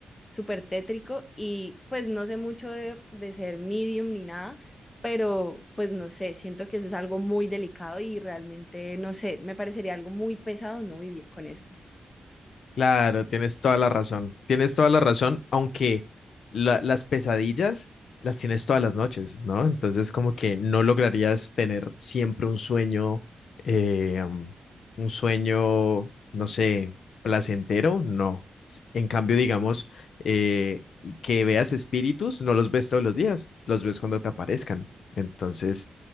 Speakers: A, on the left; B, on the left.
A: súper tétrico y pues no sé mucho de, de ser medium ni nada. Pero, pues no sé, siento que eso es algo muy delicado y realmente, no sé, me parecería algo muy pesado no vivir con eso.
B: Claro, tienes toda la razón. Tienes toda la razón, aunque la- las pesadillas las tienes todas las noches, ¿no? Entonces, como que no lograrías tener siempre un sueño, eh, um, un sueño, no sé, placentero, no. S- En cambio, digamos, eh, que veas espíritus, no los ves todos los días, los ves cuando te aparezcan. Entonces,